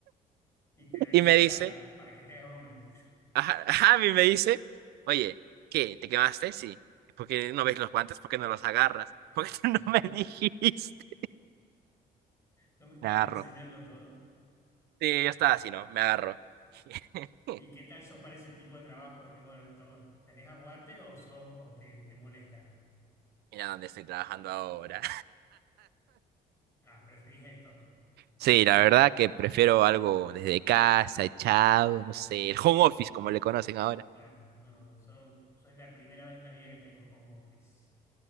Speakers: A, on the left; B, on the right.
A: Y te lo hizo
B: Y me
A: para,
B: dice,
A: para que te hagas hombre. <laughs>
B: ajá, ajá, y me dice, oye, ¿qué? ¿Te quemaste? Sí. ¿Por qué no ves los guantes? ¿Por qué no los agarras? <laughs>
A: Ah,
B: ¿Por qué tú
A: <laughs>
B: no me dijiste?
A: no me estabas
B: Me agarro.
A: enseñando todo.
B: Sí, yo estaba así, ¿no? Me agarro. <laughs>
A: ¿Y qué tal sos para ese tipo de trabajos? De que, bueno, to- ¿tenés aguante o sos o te, te molesta?
B: Mira dónde estoy trabajando ahora.
A: Ah, preferís esto.
B: Sí, la verdad que prefiero algo desde casa, echado, no sé, el home office como le conocen ahora.
A: Claro, no, yo, yo es la primera vez en la vida que tengo home office.